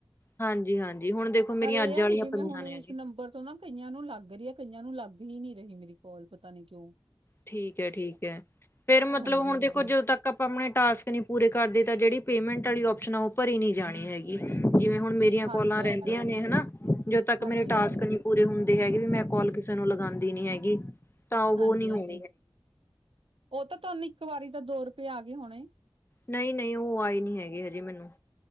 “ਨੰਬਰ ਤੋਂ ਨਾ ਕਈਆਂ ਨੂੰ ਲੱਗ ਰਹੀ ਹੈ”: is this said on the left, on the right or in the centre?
Right